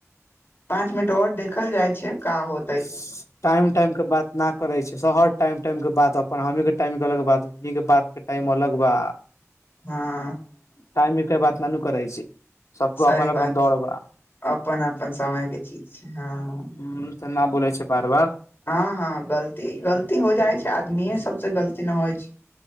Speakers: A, on the left; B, on the left.
A: पाँच मिनट और देखल जाय छै का हो
B: सी टाइम टाइम के बात ना करे छै शहर टाइम टाइम के बात अपन हम के टाइम के अलग बात ई के बात के टाइम अलग बा
A: हा
B: टाइम के बात ना ना करैत छै सबके
A: सही
B: अपन अपन
A: बात
B: दौड़
A: छै
B: बा
A: अपन अपन समय के चीज छै हाँ
B: उ तऽ ना बोलै छै बार बार
A: हाँ हाँ गलती गलती हो जाई छै आदमीए सबसे गलती ना होई छै